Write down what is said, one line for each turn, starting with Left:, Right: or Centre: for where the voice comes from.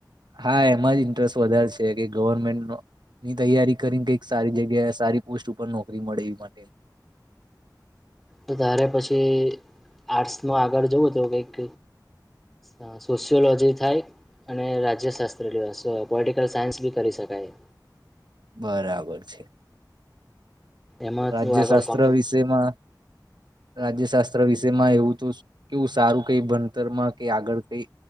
Right: હા એમાં જ ઇન્ટરેસ્ટ વધારે છે કે ગવર્મેન્ટનો ની તૈયારી કરીને કઈક સારી જગ્યા સારી પોસ્ટ ઉપર નોકરી મળે એ માટે.
Centre: તો તતારે પછી આર્ટસ નો આગળ જવું તો કઈક અહ સોશિયોલોજી થાય અને રાજ્ય શાસ ત્ર લેવાશે, પોટિકલ સાયન્સ બી કરી શકાય.
Right: બરાબર છે.
Centre: એમાં
Right: રાજ્ય
Centre: તું આગળ
Right: શાસ્ત્ર
Centre: કોમ્પ્યુ
Right: વિષયમાં રાજ્ય શાસ્ત્ર વિષયમાં એવું તો કેવું સારું કઈ ભણતરમાં કે આગળ કઈ